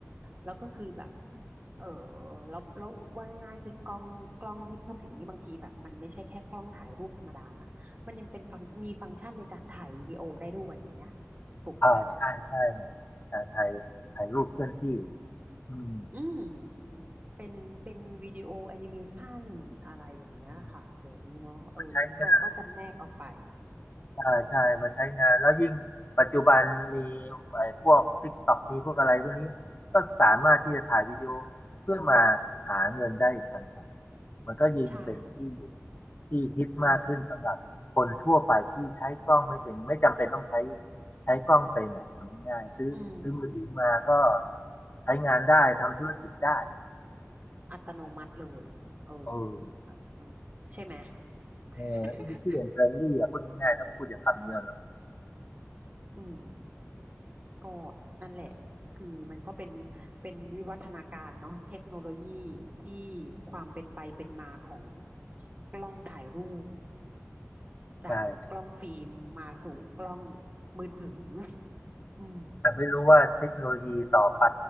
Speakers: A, on the right; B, on the left.
A: แล้วก็คือแบบเออแล้วแล้วว่าง่ายๆคือกล้องกล้องที่พูดถึงนี่บางทีแบบมันไม่ใช่แค่กล้องถ่ายรูปธรรมดานะมันยังเป็นฟังมีฟังก์ชันในการถ่ายวิดีโอได้ด้วยอย่างเงี้ยถูกปะ
B: อ่าใช่ใช่ใช่ถ่ายถ่ายรูปเคลื่อนที่อืม
A: อืมเป็นเป็นวิดีโอแอนิเมชันอะไรอย่างเงี้ยค่ะเดี๋ยวนี้เนาะเออก็ก็จำแนกออกไป
B: อืมใช้ง ใช่ใช่มาใช้งานแล้วยิ่งปัจจุบันมีไอ้พวก TikTok มีพวกอะไรพวกนี้ก็สามารถที่จะถ่ายวิดีโอเพื่อมาหาเงินได้อีกต่างหากมันก็ยิ่งเป็นที่
A: ใช่
B: ที่ฮิตมากขึ้นสำหรับคนทั่วไปที่ใช้กล้องไม่เป็นไม่จำเป็นต้องใช้
A: อืม
B: ใช้กล้องเป็นเนี่ยทำง่ายๆซื้อซื้อมือถือมาก็
A: อืม
B: ใช้งานได้ทำธุรกิจได้
A: อัตโนมัติเลยเออ
B: เออ
A: อัตโนมัติใช่ไหม <laughs>
B: เออ easy and friendly อ่ะพูดง่ายๆต้องพูดอย่างคำนี้อะเนอะ
A: อืม ก็นั่นแหละคือมันก็เป็นเป็นวิวัฒนาการเนาะเทคโนโลยีที่ความเป็นไปเป็นมาของกล้องถ่ายรูป
B: ใช่ใช่
A: จากกล้องฟิล์มมาสู่กล้องมือถืออืม
B: แต่ไม่รู้ว่าเทคโนโลยีต่อไป